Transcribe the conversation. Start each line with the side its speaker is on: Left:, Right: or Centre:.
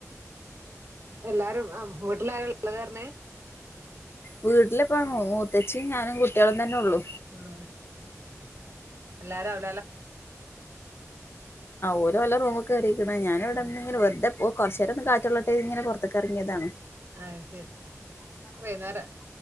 Right: ന്നാ ആ വീട്ട്ല് ആരാ ഉള്ളത് പറഞ്ഞെ
Left: വീട്ടിലിപ്പ മൂത്തച്ചിയും ഞാനും കുട്ടികളും തന്നെ ഒള്ളൂ
Right: ഉം എല്ലാരും അ
Left: ഓല് ഓലെ റൂമിക്ക് കേറിക്ക്ണ് ഞാൻ ഇവ്ടെ
Right: ആ
Left: നിന്നിങ്ങനെ വെറുദേ ഓ കൊറച്ച് നേരം ഒന്ന് കാറ്റ്ള്ളട്ടെ ര്തി ഇങ്ങനെ പൊറത്തക്ക് ഇറങ്ങിയതാണ്
Right: അയ് ശെരി വൈന്നേരാ